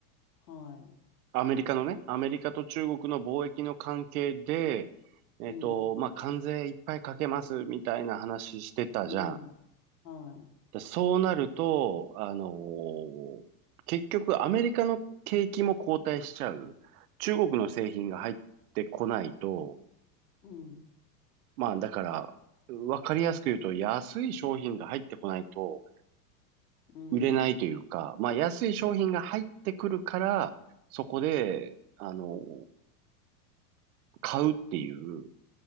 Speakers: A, on the left (about 85°); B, on the right (about 60°).
A: はい。
B: アメリカのね、アメリカと中国の貿易の関係で、えっと、
A: うん、
B: まあ、関税いっぱいかけますみたいな話してたじゃん。
A: うん、はい。
B: でそうなると、あのー結局アメリカの景気も後退しちゃう。中国の製品が入ってこないと、
A: うん、
B: まあ、だから、わかりやすく言うと、安い商品が入ってこないと
A: うん、
B: 売れないというか、まあ、安い商品が入ってくるから、そこで、あのー買うっていう、